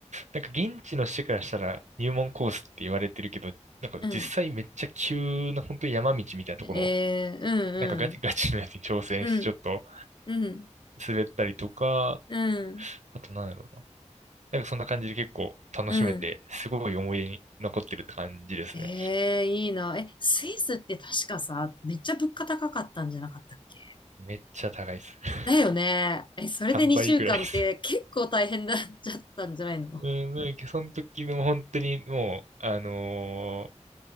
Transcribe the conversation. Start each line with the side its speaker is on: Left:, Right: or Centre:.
Right: なんか現地の人からしたら入門コースって言われてるけど、なんか実際めっちゃ急な本当に山道みたいなところの、
Left: うん。えー、
Right: なんかガチ <laughs> ガチのやつに挑戦してちょっと
Left: うんうん。うん。うん。
Right: 滑ったりとか、
Left: うん。
Right: あとなんだろうな。なんかそんな感じで結構楽しめて、
Left: うん。
Right: すごい思い出に残ってるって感じですね。
Left: えー、いいな。え、スイスって確かさ、めっちゃ物価高かったんじゃなかったっけ
Right: めっちゃ高いです。<laughs>
Left: だよね。え、それで2週間って結構大変だっちゃったんじゃないの
Right: 3倍くらいです。うん、なんかその時の本当にもう、あのー